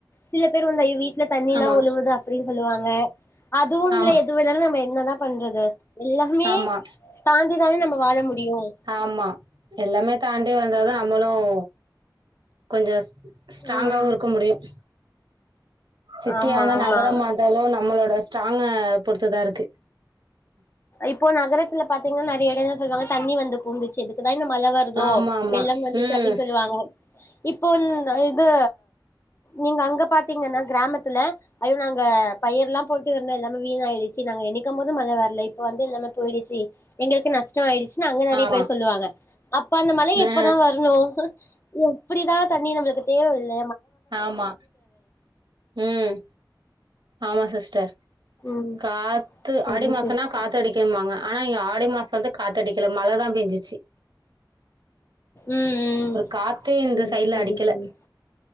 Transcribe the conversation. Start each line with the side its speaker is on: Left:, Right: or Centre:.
Left: சில பேர் வந்து அய்யோ வீட் ட்ல தண்ணில்லா
Right: ஆமா
Left: ஒழுவுது அப்டின் சொல்லுவாங்க அதுவு
Right: ஆமா
Left: இல்ல எதுவு இல்லனா நம்ம என்னதா பண்றது எல்லாமே
Right: ஆமா
Left: தாந்டிதானே நாம வாழ முடியும்
Right: ஆமா எல்லாமே தாண்டி வந்ததும் நம்மளும் கொஞ்சம் ஸ்ட்ராங்காவூம்
Left: ம்
Right: இருக்க முடியும் சிட்டியான
Left: ஆமா ஆமா
Right: நகரம் வந்தாலும் நம்மளோட ஸ்ட்ராங்கா பொருத்துதான்இருக்கு
Left: இப்போ நகரத்துல பாத்தீங்கன்னா நிறைய இடம்ன்ன சொல்லுவாங்க தண்ணி வந்து புகுந்துச்சு எதுக்கு இந்த மழ வருதோ
Right: ஆமா ஆமா
Left: வெள்ளம் வந்துச்சு
Right: ம்
Left: அப்டின்னு சொல்லுவாங்க இப்போ இது நீங்க அங்க பாத்தீங்கன்னா கிராமத்துல ஐயோ நாங்க பயர் எல்லா போட்டு இந்தோ எல்லாமே வீணய்டருச்சு நாங்க நினைக்கும் போது மழ வரல இப்ப வந்து எல்லாமே போய்டுச்சு எங்களுக்கு நஷ்டம் ஆய்டுச் அங்க நெறைய
Right: ஆமா
Left: பேர் சொல்லுவாங்க அப்ப அந்த மழ எப்பதா
Right: ஆ
Left: வரணு எப்டிதா தண்ணி நம்மளுக்கு தேவல்ல
Right: ஆமா ம் ஆமா சிஸ்டர்
Left: ம்
Right: காத்து
Left: செரி
Right: ஆடி மாசன்னா
Left: சிஸ்டர்
Right: காத்து காத்தடிக்கும்வாங்க ஆனா இங்க ஆடி மாச வந்து காத்தடிக்கல மழதா பேஞ்சுச்சு
Left: ம் ம்
Right: காத்தே இந்த
Left: செரி
Right: சைட்ல
Left: செரி
Right: அடிக்கல
Left: தோழி